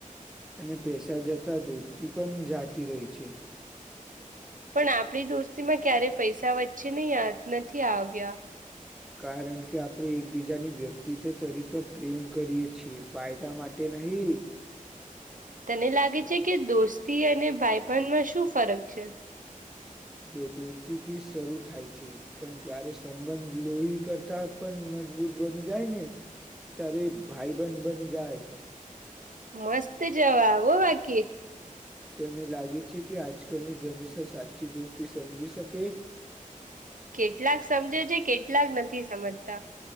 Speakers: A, in the centre; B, on the right (about 70°).
A: અને પેસા જતા દોસ્તી પણ જાતી રહી છે.
B: પણ આપડી દોસ્તીમાં ક્યારે પૈસા વચ્ચે નહી નથી આવ્યા.
A: કારણ કે આપણે એકબીજાની વ્યક્તિત્વ તરીકે પ્રેમ કરીએ છીએ ફાયદા માટે નહી
B: તને લાગે છે કે દોસ્તી અને ભાઈબંધમાં શું ફરક છે?
A: જો દોસ્તીથી શરૂ થાય છે પણ જયારે સંબંધ લોહી કરતા પણ મજબૂત બની જાય ને ત્યારે ભાઈબંધ બની જાય.
B: મસ્ત જવાબ હો બાકી
A: તેન લાગે છે કે આજકાલની જનરેશન સાચી દોસ્તી સમજી શકે? <unintelligible>
B: કેટલાક સમજે છે, કેટલાક નથી સમજતા